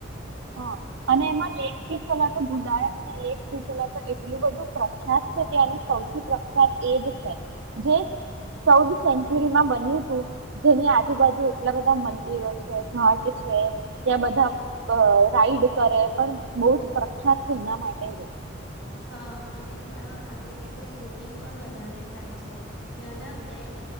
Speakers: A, on the right (about 85°); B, on the left (about 70°).
A: હા અને એમાં લેક પીચોલા તો ભૂલાયા જ ને લેક પીચલા તો એટલું બધું પ્રખ્યાત છે ત્યાંનું સૌથી પ્રખ્યાત એજ છે, જે ચૌદ સેન્ચુરીમાં બન્યું તું, જેની આજુબાજુ એટલા બધા મંદિરો છે ઘટ છે, ત્યાં બધા અ રાઈડ કરે પણ બહુ જ પ્રખ્યાત છે એના માટે જ એ.
B: હા અને ત્યાં આવી રીતે બોટિંગ પણ વધારે થાય છે, ત્યાંના બે